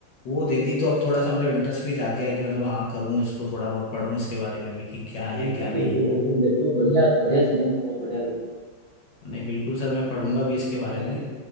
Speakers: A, on the left (about 70°); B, on the right (about 50°).
A: वो दे दी तो अब थोड़ा सा मतलब इंटरेस्ट भी जाग गया है कि मतलब हाँ करूँ इसको थोड़ा बहुत पढ़ूँ इसके बारे में भी कि क्या
B: बिल्कुल
A: है क्या नहीं
B: बिल्कुल
A: है
B: बिल्कुल देखो बढ़िया बढ़िया चीज है मुझे बहुत बढ़िया लगी
A: नहीं बिल्कुल सर मैं पढ़ूंगा भी इसके बारे
B: चलिए
A: में